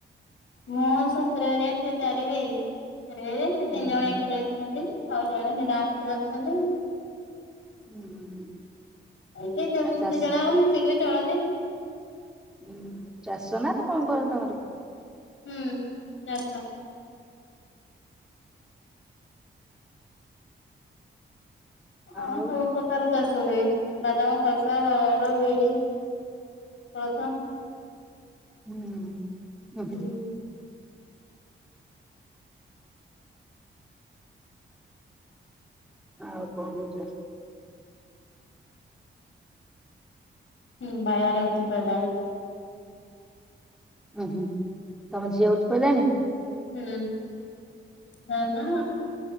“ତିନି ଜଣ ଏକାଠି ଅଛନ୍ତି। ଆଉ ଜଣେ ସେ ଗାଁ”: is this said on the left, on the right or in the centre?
Left